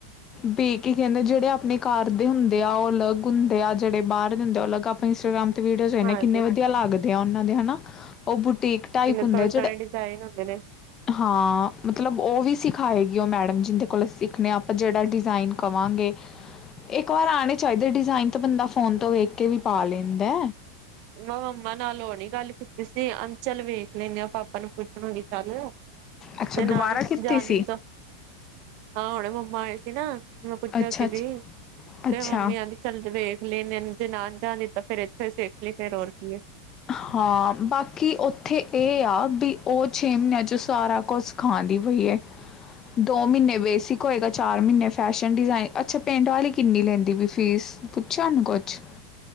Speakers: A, on the left (about 20°); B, on the right (about 40°).
A: ਬੀ ਕੀ ਕਹਿੰਦੇ ਜਿਹੜੇ ਆਪਣੇ ਘਰ ਦੇ ਹੁੰਦੇ ਆ ਉਹ ਅਲਗ ਹੁੰਦੇ ਆ ਜਿਹੜੇ ਬਾਹਰ ਹੁੰਦੇ ਉਹ ਅਲਗ ਆਪਾਂ ਇੰਸਟਗ੍ਰਾਮ ਤੇ ਵੀਡੀਓਜ਼ ਵਿੰਹਦੇ
B: ਹਾਂਜੀ
A: ਕਿਨੇ ਵਧੀਆ ਲੱਗਦੇ ਦੇ ਉਹਨਾਂ ਦੇ ਹਨਾ ਉਹ ਬੁਟੀਕ ਟਾਈਪ
B: ਕਿੰਨੇ
A: ਹੁੰਦੇ
B: ਸੋਹਣੇ
A: ਆ ਜਿਹੜੇ
B: ਸੋਹਣੇ ਡਿਜ਼ਾਇਨ ਹੁੰਦੇ ਨੇ
A: ਹਾਂ ਮਤਲਬ ਉਹ ਵੀ ਸਿਖਾਏਗੀ ਉਹ ਮੈਡਮ ਜਿਦੇ ਕੋਲ ਸਿੱਖਣੇ ਆਪਾਂ ਜਿਹੜਾ ਡਿਜ਼ਾਇਨ ਕਵਾਂਗੇ ਇੱਕ ਵਾਰ, ਆਉਣੇ ਚਾਹੀਦੇ ਡਿਜ਼ਾਇਨ ਤੇ ਬੰਦਾ, ਫੋਨ ਤੋਂ ਵੇਖ ਕੇ ਵੀ ਪਾ ਲੈਂਦਾ।
B: ਮੈਂ ਮੰਮਾ ਨਾਲ, ਹੋਨੇ ਗੱਲ ਕੀਤੀ ਸੀ। ਅਨਚੱਲ ਵੇਖ ਲੈਂਨਆ, ਪਾਪਾ ਨੂੰ ਪੁੱਛਣਈ ਚੱਲ।
A: ਅੱਛਾ
B: ਤੇ ਨਾ
A: ਦੁਬਾਰਾ
B: ਦੀ
A: ਕੀਤੀ
B: ਜਾ ਦਿੱਤਾ,
A: ਸੀ
B: ਹਾਂ ਹੁਣੇ ਮੰਮਾ ਆ ਸੀ ਨਾ। <unintelligible> ਮੈਂ ਪੁੱਛਿਆ
A: ਅੱਛਾ
B: ਸੀ
A: ਅੱਛ
B: ਵੀ,
A: ਅੱਛਾ
B: ਤੇ ਮੰਮੀ ਆਦੀ ਚੱਲ ਵੇਖ ਲਏ, ਨ ਜਾਣ ਦੀ ਤਾਂ ਫੇਰ ਇੱਥੇ ਸੇਖ ਲਈ, ਫਰ ਔ <unintelligible> ਰ ਕੀਏ।
A: ਹਾਂ, ਬਾਕੀ ਉੱਥੇ ਇਹ ਆ ਵੀ, ਉਹ ਛੇ ਮਹੀਨਿਆਂ 'ਚ ਸਾਰਾ ਕੁਛ ਸਿਖਾਂਦੀ ਪਈ ਹੈ। ਦੋ ਮਹੀਨੇ ਬੇਸਿਕ ਹੋਏਗਾ, ਚਾਰ ਮਹੀਨੇ ਫੈਸ਼ਨ ਡਿਜ਼ਾਇਨ। ਅੱਛਾ, ਪਿੰਡ ਵਾਲੀ ਕਿੰਨੀ ਲੈਂਦੀ ਵੀ ਫੀਸ? ਪੁੱਛਾਿਆ, ਉਨੂੰ ਕੁਛ?